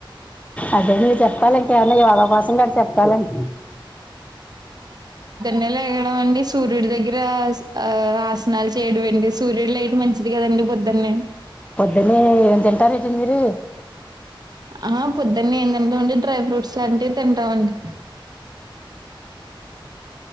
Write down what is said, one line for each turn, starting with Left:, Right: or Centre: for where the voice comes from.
Left: అదేం లేదు చెప్పాలంటే అన్నయ్య యోగా కోసం గా చెప్పాలండి
Right: తెల్లారి లేగడం అండి సూర్యుడి దగ్గర ఆ ఆసనాలు చేయడం అండి సూర్యుడు లైటు మంచిది కదండీ పొద్దున్నే
Left: పొద్దున్నే ఏం తింటారు ఏంటి మీరు
Right: ఆ పొద్దున్నే ఏం తింటాం అండి డ్రై ఫ్రూట్స్ లాంటివి తింటాం అండి